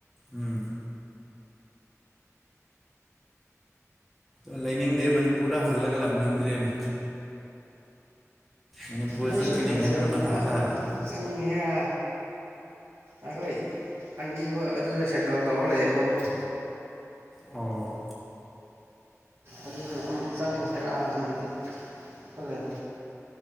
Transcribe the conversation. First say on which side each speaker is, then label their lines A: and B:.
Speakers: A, in the centre; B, on the right.
A: ꯎꯝ ꯑ ꯂꯩꯅꯤꯡꯗꯦ ꯃꯅꯤꯄꯨꯔ ꯄꯨꯗ ꯍꯜꯂꯒ ꯂꯥꯛꯅꯤꯡꯗ꯭ꯔꯦꯅꯦ ꯃꯅꯤꯄꯨꯔꯗ
B: ꯅꯁꯨ
A: ꯆꯠꯀꯅꯤ
B: ꯅꯦꯛꯁ
A: ꯈꯟꯕꯗ
B: ꯏꯌꯥꯔꯒꯨꯝꯕ
A: ꯃꯊꯥ ꯁꯥꯔꯦ
B: ꯑꯃꯨꯛ ꯆꯪꯒꯦꯔꯥ ꯑꯩꯈꯣꯏ ꯑꯟꯗꯤꯤꯈꯣ ꯑꯗꯨꯗ ꯁꯦꯇꯜ ꯇꯧ ꯂꯩꯦꯕꯕꯨꯣ
A: ꯑꯣ
B: ꯑꯗꯨꯗ ꯑꯃꯨꯛ ꯆꯪꯉꯁꯤ ꯍꯔꯗꯒꯤ ꯍꯂꯦꯟ